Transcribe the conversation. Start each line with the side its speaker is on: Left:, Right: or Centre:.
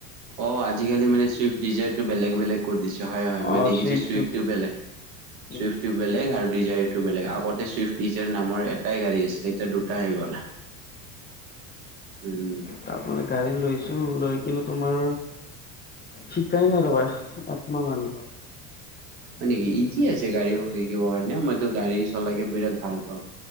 Right: অ আজিকালি মানে চুইফ্ট ডিজাৰটো বেলেগ বেলেগ কৰি দিছে হয় হয়
Left: অ
Right: মই দেখিছো
Left: চুইফ্টটো
Right: চুইফ বেলেগ চুউফ
Left: উম
Right: টো বেলেগ আৰু ডিজাৰটো বেলেগ আগতে ছুইফট ডিজাৰ নামৰ এটাই গাড়ী আছে এতিয়া দুটা আহি গল উম
Left: তাত মানে গাড়ী লৈছো আহিছোঁ লৈ কিনে তোমাৰ শিকাই নাই ৰবা একমাহ হ'ল
Right: হয় নেকি ইজি আছে গাড়ী শিকিব কাৰণে মইতো গাড়ী চলাকে বিৰাট ভাল পাওঁ